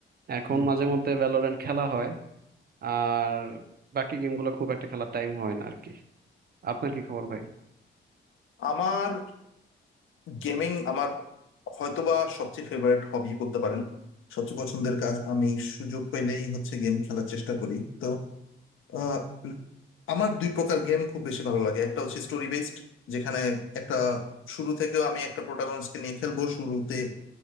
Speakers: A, on the right (about 50°); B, on the left (about 75°).
A: এখন
B: জি
A: মাঝে মধ্যে ভ্যালোরেন্ট খেলা হয় আর বাকি গেমগুলো খুব একটা খেলার টাইম হয় না আর কি আপনার কি খবর ভাই
B: আমার গেমিং আমার হয়তোবা সবচেয়ে ফেভারিট হবি বলতে পারেন সবচেয়ে পছন্দের কাজ আমি সুযোগ পেলেই হচ্ছে গেম খেলার চেষ্টা করি তো আহ, আমার দুই প্রকার গেম খুব বেশি ভালো লাগে একটা হচ্ছে স্টোরি বেসড যেখানে একটা শুরু থেকেও আমি একটা প্রোটাগনিস্টকে নিয়ে খেলবো শুরুতে